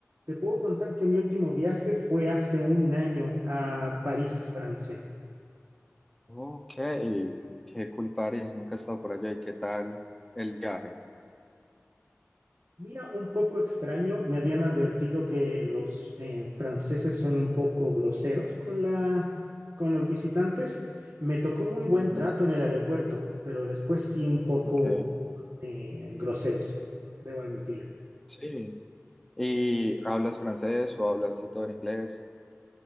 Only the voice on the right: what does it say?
Te puedo contar que mi último viaje fue hace un año a París, Francia.
Mira, un poco extraño, me habían advertido que los eh, franceses son un poco groseros con la, con los visitantes. Me tocó muy buen
trato en el aeropuerto, pero después sí un poco
eh, groseros, debo admitirlo.